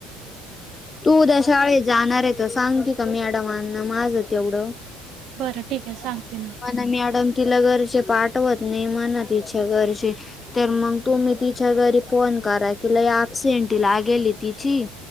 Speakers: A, on the left (about 20°); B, on the right (about 60°).
A: तू उद्या शाळेत जाणार आहे तर सांगते का मॅडमांना माझं तेवढं.
B: बरं
A: म्हणा
B: ठीक आहे सांगते ना
A: मॅडम तिला घरचे पाठवत नाही म्हणा तिच्या घरचे तर मग तुम्ही तिच्या घरी फोन करा कि लई अपसेंट लागेली तिची?